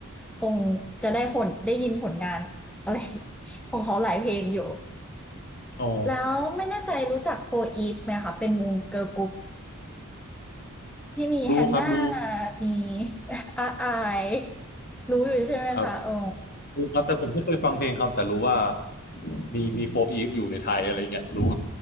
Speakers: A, in the centre; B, on the left (about 45°).
A: คงจะได้ผลได้ยินผลงานอะไร <laughs> ของเขาหลายเพลงอยู่
B: อ๋อ
A: แล้วไม่แน่ใจรู้จัก4 e ีฟไหมคะเป็นวงเกิร์ลกรุ๊ป ที่มีแฮันน่า
B: รู้ครับรู้
A: มี <laughs> อาอายรู้อยู่ใช่ไหมคะอ๋อ
B: ครับรู้ครับแต่ผมไม่เคยฟังเพลงเขาแต่รู้ว่ามีมีโฟอีฟอยู่ในไทยอะไรเงี้ยรู้